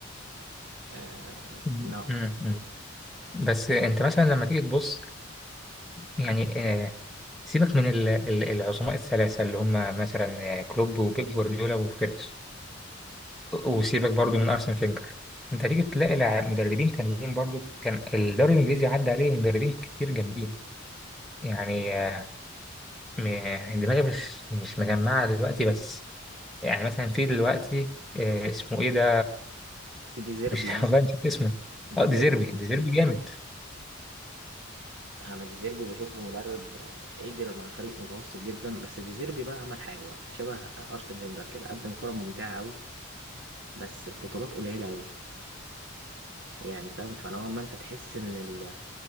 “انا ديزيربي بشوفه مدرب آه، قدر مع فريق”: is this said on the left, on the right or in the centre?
Right